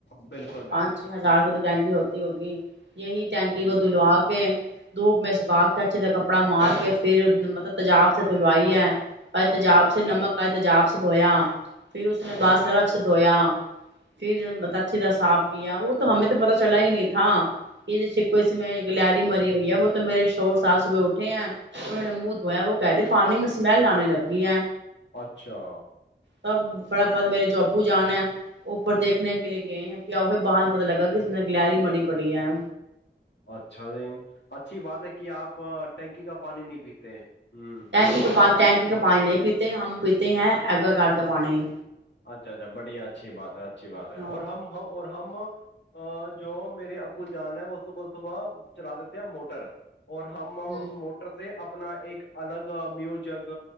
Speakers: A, on the left; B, on the right.
A: بالکل
B: پ
A: بالکل
B: چ ہزار کے تو ٹینگی ہوتی ہوگی <unintelligible> یہی ٹینکی
A: جی
B: کو
A: جی
B: دلوا کے دپ میں سکا کے اچھے ت کپڑا مار کے پھر مطلب تجاب <unintelligible> <unintelligible>
A: ہاں
B: تجاابس دھویا پھر اس نے باشرف
A: اچھا
B: سے دھویا پھر اچھی طرح صاف کیا وہ تو ہمیں تو پتا چلا ہی نہیں تھا کہ کو اس میں ایک لہری مری ہوئی ہے بت تو میرے شور صاب صبح اٹھے ہیں انہ نے منہ دھویا وہ کہہ رہے پانی میں سمیل آنے لگ ہے
A: اچھا
B: تب فٹافٹ میرے جو ابو جان ہے وہ اوپر دیکھنے کے لیے گئے ہیں کیا پھر بعد میں پتا لگا کہ اس میں نے گلری مریی پڑی ہے
A: اچھا جی اچھی بات ہے کہ آپ ٹینکی کا پانی نہیں پیتے ہوں
B: ٹنکک کا پانی نہیں پیتے ہم پیتے ہیں ایگوا کارڈ کا پانی
A: اچھا اچھا بڑی اچھی بات ہے اچھی بات ہے
B: ہاں
A: اور ہم اور ہم ا جو میرے ابو جان ہے وہ صبح صبح چلا اور ہم اس
B: ہوں
A: موٹر سے اپنا ایک الگ میوجک